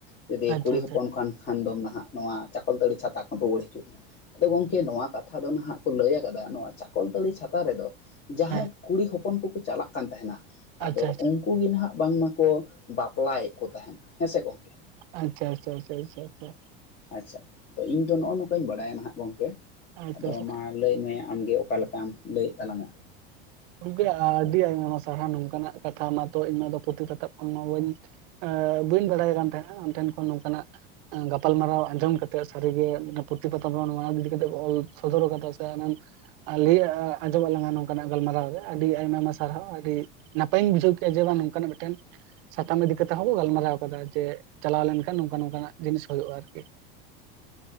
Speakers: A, on the left; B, on the right.
A: ᱡᱩᱫᱤ
B: ᱟᱪᱪᱷᱟ
A: ᱠᱩᱲᱤ
B: ᱟᱪᱪᱷᱟ
A: ᱦᱚᱯᱚᱱ ᱠᱟᱱ ᱠᱷᱟᱱ ᱫᱚ ᱱᱟᱦᱟᱜ ᱱᱚᱣᱟ ᱪᱟᱠᱚᱞᱛᱟᱹᱲᱤ ᱪᱷᱟᱛᱟ ᱠᱷᱚᱱ ᱨᱩᱣᱟᱹᱲ ᱦᱤᱡᱩᱜ ᱢᱮ᱾ ᱟᱫᱚ ᱜᱚᱝᱠᱮ ᱱᱚᱣᱟ ᱠᱟᱛ ᱠᱟᱛᱷᱟ ᱫᱚ ᱱᱟᱦᱟᱜ ᱠᱚ ᱞᱟᱹᱭ ᱠᱟᱫᱟ, ᱱᱚᱣᱟ ᱪᱟᱠᱚᱞᱛᱟᱹᱲᱤ ᱪᱷᱟᱛᱟ ᱨᱮᱫᱚ ᱡᱟᱦᱟᱸᱭ
B: ᱦᱮᱸ
A: ᱠᱩᱲᱤ ᱦᱚᱯᱚᱱ ᱠᱚ ᱪᱟᱞᱟᱜ ᱠᱟᱱ ᱛᱟᱦᱮᱸᱱᱟ, ᱟᱫᱚ
B: ᱟᱪᱪᱷᱟ ᱟᱪᱪᱷᱟ
A: ᱩᱱ ᱩᱱᱠᱩ ᱜᱮ ᱱᱟᱦᱟᱜ ᱵᱟᱝᱢᱟ ᱠᱚ ᱵᱟᱯᱞᱟᱭᱮᱫ ᱠᱚ ᱛᱟᱦᱮᱸᱱᱟ᱾ ᱦᱮᱸ ᱥᱮ ᱜᱚᱢᱠᱮ,
B: ᱟᱪᱪᱷᱟ ᱟᱪᱷᱟ ᱟᱪᱷᱟ ᱟᱪᱷᱟ᱾
A: ᱟᱪᱪᱷᱟ ᱟᱫᱚ ᱤᱧ ᱫᱚ ᱱᱚᱜᱼᱚᱭ ᱱᱚᱝᱠᱟᱧ ᱵᱟᱲᱟᱭᱟ ᱱᱟᱦᱟᱜ ᱜᱚᱝᱠᱮ
B: ᱟᱪᱪᱷᱟ ᱟᱪᱪᱷᱟ
A: ᱟᱫᱚ ᱢᱟ ᱞᱟᱹᱭᱢᱮ ᱟᱢᱜᱮ ᱚᱠᱟ ᱞᱮᱠᱟᱢ ᱞᱟᱹᱭᱮᱫ ᱛᱟᱞᱟᱝᱟ᱾
B: ᱜᱚᱢᱠᱮ ᱟᱹᱰᱤ ᱟᱭᱢᱟ ᱥᱟᱨᱦᱟᱣ ᱱᱚᱝᱠᱟᱱᱟᱜ ᱠᱟᱛᱷᱟ ᱢᱟᱛᱚ ᱤᱧ ᱢᱟ ᱫᱚ ᱯᱩᱛᱷᱤ ᱯᱚᱛᱚᱵᱽ ᱠᱷᱚᱱ ᱢᱟ ᱵᱟᱹᱧ ᱵᱟᱹᱧ ᱵᱟᱲᱟᱭ ᱠᱟᱱ ᱛᱟᱦᱮᱸᱱᱟ ᱟᱢᱴᱷᱮᱱ ᱠᱷᱚᱱ ᱱᱚᱝᱠᱟᱱᱟᱜ ᱜᱟᱯᱟᱞᱢᱟᱨᱟᱣ ᱟᱸᱡᱚᱢ ᱠᱟᱛᱮᱜ ᱥᱟᱹᱨᱤ ᱜᱮ ᱯᱨᱚᱛᱤᱯᱟᱛᱷᱟ ᱱᱚᱣᱟ ᱤᱫᱤ ᱠᱟᱛᱮᱜ ᱵᱚᱱ ᱚᱞ ᱥᱚᱫᱚᱨ ᱠᱟᱫᱟ ᱥᱮ, ᱞᱟᱹᱭ ᱟᱸᱡᱚᱢᱟ ᱟᱫ ᱞᱟᱝ-ᱟ ᱱᱚᱝᱠᱟᱱᱟᱜ ᱜᱟᱞᱢᱟᱨᱟᱣ᱾ ᱟᱹᱰᱤ ᱟᱭᱢᱟ ᱟᱭᱢᱟ ᱥᱟᱨᱦᱟᱣ ᱟᱹᱰᱤ ᱱᱟᱯᱟᱭᱤᱧ ᱵᱩᱡᱷᱟᱹᱣ ᱠᱮᱫᱼᱟ ᱡᱮ ᱵᱟᱝ ᱱᱚᱝᱠᱟᱱᱟᱜ ᱢᱤᱫᱴᱟᱹᱝ, ᱥᱟᱛᱟᱢ ᱤᱫᱤ ᱠᱟᱛᱮᱜ ᱦᱚᱸᱵᱚ ᱜᱟᱞᱢᱟᱨᱟᱣ ᱠᱟᱫᱟ ᱡᱮ ᱪᱟᱞᱟᱣ ᱞᱮᱱᱠᱷᱟᱱ ᱱᱚᱝᱠᱟ ᱱᱚᱝᱠᱟᱱᱟᱜ ᱡᱤᱱᱤᱥ ᱦᱩᱭᱩᱜ-ᱟ ᱟᱨᱠᱤ᱾